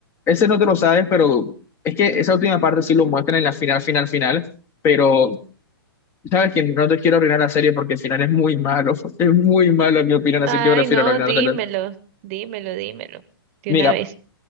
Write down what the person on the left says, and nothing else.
ese no te lo sabes, pero es que esa última parte sí lo muestran en la final, final, final pero sabes que no te quiero arruinar la serie porque el final es muy malo, <laughs> es muy malo en mi opinión,
así que prefiero
no arruinártelo.
Mira,